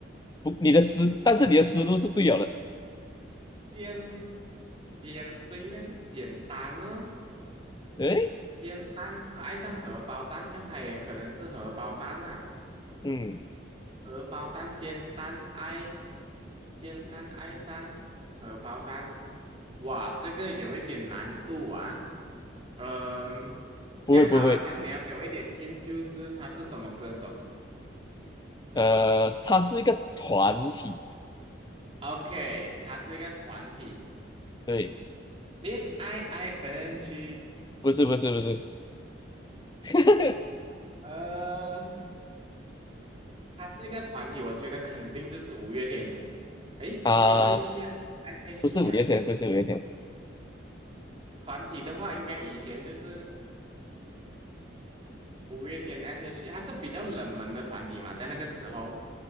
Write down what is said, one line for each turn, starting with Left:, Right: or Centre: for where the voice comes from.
Left: 不，你的思，但是你的思路是对了的。
Right: 简简，所以应该是简单呢。
Left: 诶，
Right: 煎蛋，呃爱上荷包蛋，这样它也可能是荷包蛋呐、
Left: 嗯，
Right: 荷包蛋煎蛋爱，煎蛋爱上荷包蛋，哇，这个有一点难度啊。嗯、
Left: 不会不会，
Right: 这样好了，这样你要给我一点 hint，就是他是什么歌手
Left: 呃，他是一个团体，
Right: ？OK，他是一个团体，
Left: 对，
Right: 恋爱 ing，
Left: 不是不是不是 <laughs>
Right: 呃，他是一个团体，我觉得肯定就是五月天。诶，
Left: 啊、
Right: 也未必啊，S.H.E
Left: 不是五月天，
Right: 啊。
Left: 不是五月天，
Right: 团体的话，应该以前就是五月天 S.H.E，它是比较冷门的团体嘛，在那个时候